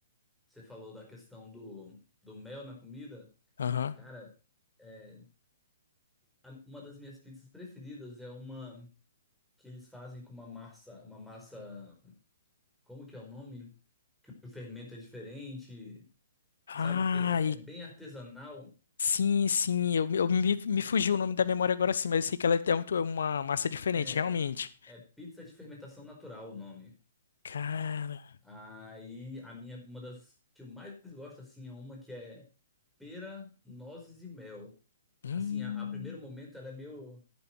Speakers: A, in the centre; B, on the left.
A: Você falou da questão do, do mel na comida.
B: Aham.
A: Cara, é... a- uma das minhas pizzas preferidas é uma que eles fazem com uma massa, uma massa. Como que é o nome? O fermento é diferente,
B: Ah,
A: sabe? É, é bem artesanal.
B: Sim, sim, eu, eu me, me fugiu o nome da memória agora sim, mas eu sei que ela é um- é uma massa diferente,
A: É...
B: realmente.
A: é pizza de fermentação natural o nome.
B: Cara.
A: Aí a minha, uma das que eu mais gosto assim é uma que é pera, nozes e mel.
B: Hum.
A: Assim, a, a primeiro momento ela é meio